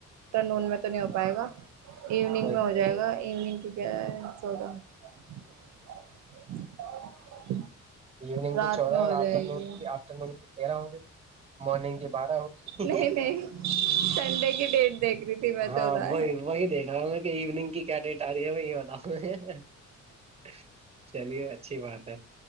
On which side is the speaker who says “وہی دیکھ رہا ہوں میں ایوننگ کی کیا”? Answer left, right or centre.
Right